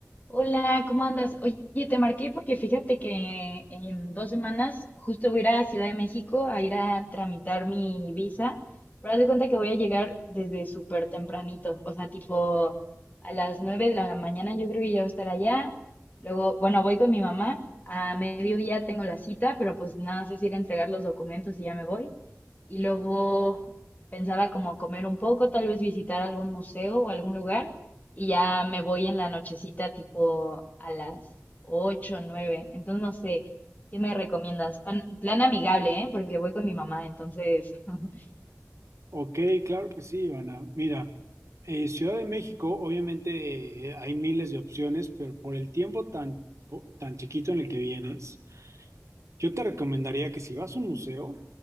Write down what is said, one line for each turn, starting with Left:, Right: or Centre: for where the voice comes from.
Left: Hola, ¿cómo andas? Oye, te marqué porque fíjate que en dos semanas justo voy a ir a Ciudad de México a ir a tramitar mi visa, pero haz de cuenta que voy a llegar desde súper tempranito, o sea, tipo a las nueve de la mañana yo creo que ya voy a estar allá. Luego, bueno, voy con mi mamá, a mediodía tengo la cita, pero pues nada, sé si ir a entregar los documentos y ya me voy. Y luego pensaba como comer un poco, tal vez visitar algún museo o algún lugar y ya me voy en la nochecita tipo a las 8 nueve. Entonces no sé, ¿qué me recomiendas? Pan- plan amigable, ¿eh? Porque voy con mi mamá, entonces. <laughs>
Right: Ok, claro que sí, Ivana. Mira, eh, Ciudad de México, obviamente eh, hay miles de opciones, pero por el tiempo tan, po- tan chiquito en el que vienes, yo te recomendaría que si vas a un museo,